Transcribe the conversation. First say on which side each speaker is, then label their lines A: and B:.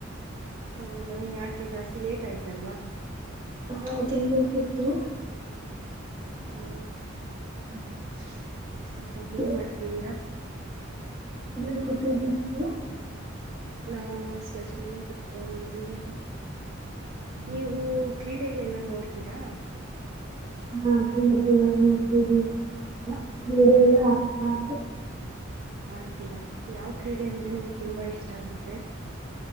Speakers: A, on the right (about 85°); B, on the right (about 25°).
A: ಹೌದಾ ಯಾ ಕೇ ಜಾಸ್ತಿ ಲೇಟ್ ಆಯ್ತಲ್ವ.
B: ಹಾ ತಿನ್ಬೇಕಿತ್ತು.
A: ಹ
B: <unintelligible>
A: ಹಾ ಏನ್ ಮಾಡ್ತಿದ್ದೀರಾ
B: ಸುಮ್ನೆ ಕೂತಿದೀನಿ ನೀವು?
A: ನಾವು ಅಷ್ಟೆ ಸುಮ್ಮ್ನೆ ಕುತ್ಕೊಂಡಿದ್ದೀವಿ. ನೀವು ಕ್ರೀಡೆಗಳೆಲ್ಲ ನೋಡ್ತೀರಾ?
B: ಹ್ಮ ಕ್ರೀಡೆ ಎಲ್ಲ ನೋಡ್ತೀರಿ. ಹ ಬೇರೆ ಎಲ್ಲ <unintelligible>
A: ಹಾಡಿ ತಿರಾ ಯಾವ್ ಕ್ರೀಡೆ ಅಂದ್ರೆ ನಿಮ್ ತುಂಬ ಇಷ್ಟ ಆಗುತ್ತೆ.